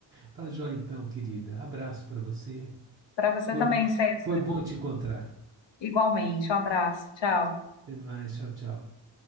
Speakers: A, on the right (about 25°); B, on the left (about 70°).
A: Tá joia então, querida. Abraço para você.
B: Para você
A: Foi,
B: também, César.
A: foi bom te encontrar.
B: Igualmente. Um abraço. Tchau.
A: Até mais. Tchau, tchau.